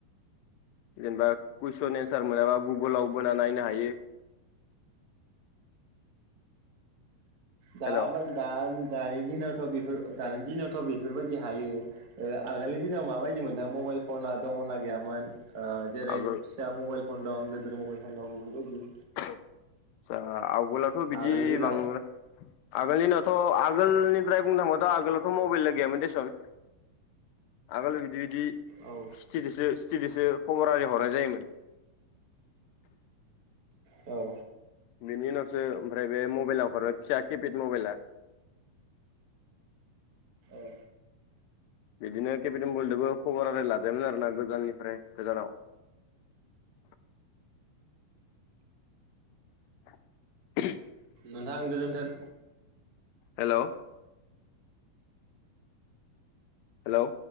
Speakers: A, on the left; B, on the right.
A: जेनेबा कुइसन एन्सार मोनाबा गुगोलाव बोना नायनो हायो <inaudible>
B: दा
A: हेल' औ
B: दानि दिनावथ बेफोर दानि दिनावथ बेफोरबायदि हायो ओ आगोलनि दिनाव माबायदि मोन मबाइल फना दङना गैयामोन ओ जेरै
A: आगोल
B: फिसा मबाइल फन दं गोदोर मबाइल फन दं बेफोर बादि
A: आसा आवगोलथ' बिदि
B: आगोलनि दिनाव
A: बांद्राय आगोलनि न थ' आगोलनिफ्राय बुंनो थाङोबाथ' आगोलावथ' मबाइलला गैयामोन देसुन आगोल बिदि बिदि
B: औ
A: सिथिदसो सिथिदोसो खबर आरि हरनाय जायोमोन
B: औ
A: बेनि उनावसो ओमफ्राय बे मबाइलाव <unintelligible> फिसा किपेड मबाइला
B: औ
A: बिदिनो केपिटबलदबो खबर आरो लाजायोमोन आरोना गोजाननिफ्राय गोजानाव <unintelligible> <unintelligible>
B: नोंथां गोजोनथोन।
A: हेल'। हेलौ